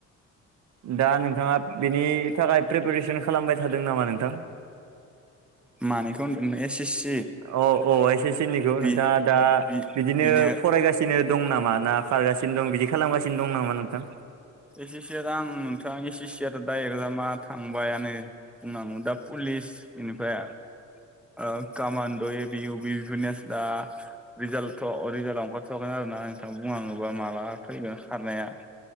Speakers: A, on the right; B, in the centre.
A: दा नोंथाङा बिनि थाखाय प्रिपेरेसन खालामबाय थादों नामा नोंथां
B: मानिखौ होनदोंमोन एस एस सि
A: औ औ एस एस सि निखौ
B: बि
A: नोंथाङा दा
B: बि
A: बिदिनो
B: बिनिया
A: फरायगासिनो बिनो दं नामा ना खारगासिनो दं बिदि खालामगासिनो दं नामा नोंथां
B: एस एस सि याथ' आं नोंथां एस एस सियाथ' दा एगजामा थांबायानो बुंनांगौ दा पुलिस बेनिफ्राय ओ कमान्द' ए बि इउ बि बेफोरनियासो दा रिजाल्टथ' रिजाल्टाव ओंखारथ'वाखैनो आरो ना नोंथां बुनांगौबा माला फैगोन खारनाया